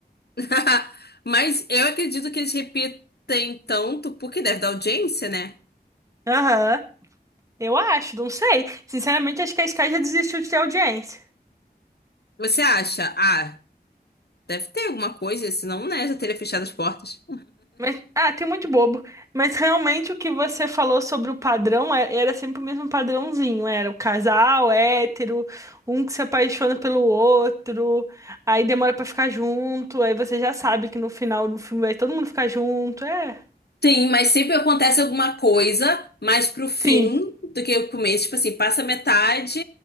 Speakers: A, on the left (about 70°); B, on the right (about 20°).
A: <laughs> Mas eu acredito que eles repetem tanto porque deve dar audiência, né?
B: Aham, eu acho, não sei. Sinceramente, acho que a Sky já desistiu de ter audiência.
A: Você acha? Ah. Deve ter alguma coisa, senão, né, já teria fechado as portas.
B: Mas, ah, tem um monte de bobo. Mas realmente o que você falou sobre o padrão é- era, sempre o mesmo padrãozinho. Era o casal hétero, um que se apaixona pelo outro, aí demora pra ficar junto, aí você já sabe que no final do filme vai todo mundo ficar junto. É,
A: Sim, mas sempre acontece alguma coisa mais pro fim
B: sim,
A: do que o começo. Tipo assim, passa metade,